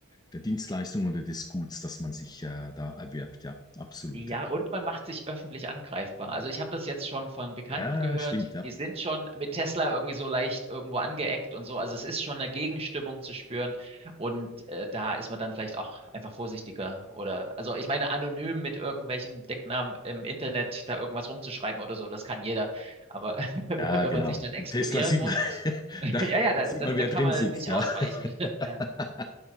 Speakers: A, on the left; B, on the right.
A: der Dienstleistung oder des Guts, das man sich äh, da erwirbt. Ja, absolut.
B: Ja,
A: Ja.
B: und man macht sich öffentlich angreifbar. Also ich habe das jetzt schon von Bekannten
A: ja,
B: gehört,
A: stimmt. Ja,
B: die sind schon mit Tesla irgendwie so leicht irgendwo angeeckt und so. Also es ist schon eine Gegenstimmung zu spüren und äh, da ist man dann vielleicht auch einfach vorsichtiger oder also ich meine anonym mit irgendwelchen Decknamen im Internet da irgendwas rumzuschreiben oder so, das kann jeder. Aber <laughs>
A: ja
B: wenn
A: genau.
B: man sich dann exponieren
A: Tesla sieht
B: muss,
A: man, <laughs>
B: <laughs>
A: da,
B: ja, ja, da,
A: da sieht
B: da,
A: man, wer
B: da kann
A: drin
B: man
A: sitzt.
B: nicht
A: Ja,
B: ausweichen.
A: <laughs>
B: <laughs>